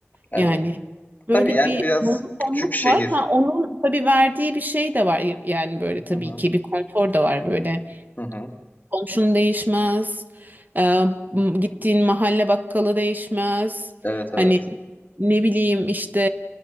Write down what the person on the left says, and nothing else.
Evet.
Tabii yani
biraz
küçük şehir.
Hı hı,
hı hı.
Evet, evet.